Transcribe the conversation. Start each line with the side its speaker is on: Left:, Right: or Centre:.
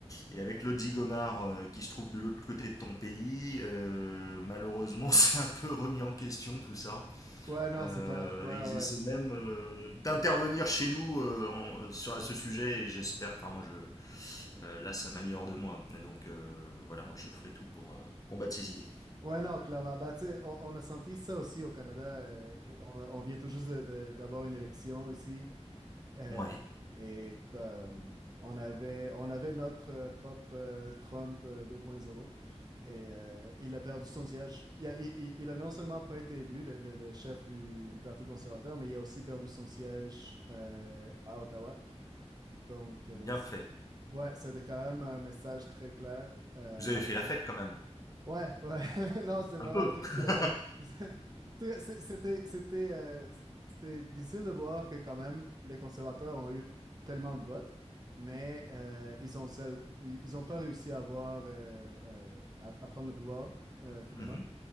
Left: et avec l'Audi Gomard euh, qui se trouve de l'autre côté de ton pays, euh, malheureusement <laughs> c'est un peu remis en question tout ça.
Right: Ouais, non,
Left: Euh,
Right: c'est clair. Ouais, ouais.
Left: et ils essaient même euh, d'intervenir chez nous euh, en- euh, sur, à ce sujet. Et j'espère, enfin moi je, euh, là ça m'a mis hors de moi. Et donc euh, voilà, moi je ferai tout pour euh, combattre ces idées.
Right: Ouais, Ouais, non, clairement. Bah, tu sais, on, on a senti ça aussi au Canada. euh, on, on vient tout juste de- de- d'avoir une élection ici. euh,
Left: Ouais,
Right: et comme on avait, on avait notre euh, propre euh, Trump euh, 2.0. Et euh, il a perdu son siège. Il a, il- il- il a non seulement pas été élu, le, le- le chef du, du Parti conservateur, mais il a aussi perdu son siège euh, à Ottawa. Donc, euh,
Left: bien
Right: c-
Left: fait.
Right: ouais, c'était quand même un message très clair. Euh,
Left: Vous avez fait la fête quand même.
Right: ouais, ouais. <laughs> Non, c'est vraiment
Left: Un peu.
Right: très
Left: <laughs>
Right: soulageant. <laughs> En tout cas, c'est- C'était, c'était, euh, c'était difficile de voir que quand même, les conservateurs ont eu tellement de votes, mais euh, ils ont seul, ils ils ont pas réussi à avoir, euh, euh, à à prendre le pouvoir, euh, finalement.
Left: Mhm,